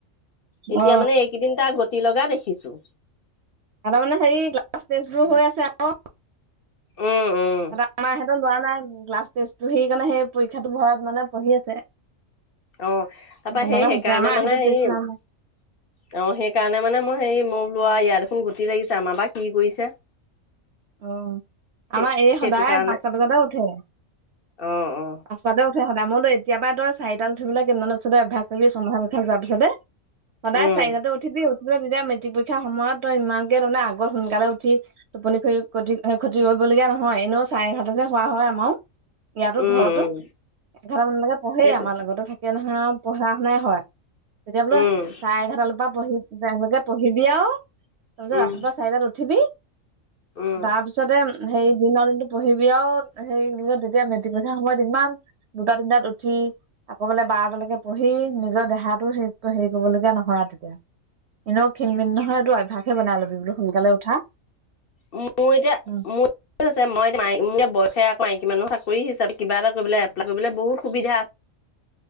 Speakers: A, on the left (about 55°); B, on the right (about 65°).
A: এতিয়া
B: অ
A: মানে এইকেইদিন টা গ। গোতি লগা দেখিছোঁ।
B: তাপা মানে হেৰি ক্লাছ টেষ্ট বোৰ হৈ আছে আক।
A: উম উম
B: সিহঁতে আমাৰ সেত লোৱা নাই। ক্লাছ টেষ্টটো সেইকাৰণে সেই পৰীক্ষাটো ভয়ত মানে পঢ়ি আছে।
A: অ তাপা
B: তেনেকুৱা
A: সেই সেইকাৰণে
B: হৈছে আমাৰ
A: মানে
B: সিহঁতৰ
A: হেৰি
B: টেষ্ট নাই
A: অ
B: লোৱা
A: সেইকাৰণে মানে মই হেৰি মই বোলো আৱ ইয়াৰ দেখোন গোতি লাগিছে আমাৰ বা। কি কৰিছে
B: অ
A: সেই
B: আমাৰ এই
A: সেইটো
B: সদায়
A: কাৰণে
B: পাঁচটা বজাতে উঠে
A: অ অ
B: পাঁচটাতে উঠে সদায় মই লৈ কেতিয়াবা তই চাৰি তাত উঠিবলে কেইদিনমানৰ পিছতে অভ্যাস কৰি ছমাহৰ পৰীক্ষাটো যোৱাৰ পিছতে সদায়
A: উম
B: চাৰিটাতে উঠিবি তেতিয়া মেট্ৰিক পৰীক্ষাৰ সময়ত তই ইমানকে তামানে আগত সোনকালে উঠি টোপনি খ খতি খতি কৰিবলগীয়া নহয় এনেও চাৰে এঘাৰটাত হে শুৱা হয় আমাও ইয়াতো
A: উম
B: ঘৰতো
A: উম
B: এঘাৰটা মানলৈকে পঢ়ে
A: সেইটো
B: আমাৰ লগতে থাকে নহয় আৱ পঢ়া শুনাই হয় তেতিয়া বোলো
A: উম
B: চায়ে এঘাটাৰ পৰা পঢ়ি যায় পঢ়িবি আৱ তাৰপিছত
A: উম
B: ৰাতিপুৱা চাৰিটাত উঠিবি
A: উম
B: তাৰ পিছতে হেৰি দিনৰ দিনটো পঢ়িবি আও, হেৰি তেতিয়া মেটিক পৰীক্ষাৰ সময়ত ইমান দুটা তিনটাত উঠি আকৌ বোলে বাৰটালৈকে পঢ়ি নিজৰ দেহাতো হেৰি কৰিবলগীয়া নহয় আৰু তেতিয়া। এনেও ক্ষীণ মিন নহয় এইটো অভ্যাসে বনাই ল'বি বোলো সোনকালে উঠা
A: মোৰ এতিয়া
B: উম
A: মোৰ হৈছে মই এতিয়া ম ম বয়সে মাইকী মানুহ চাকৰি হিচাপে কিবা এটা কৰিবলৈ এপ্লাই কৰিবলৈ বহুত সুবিধা।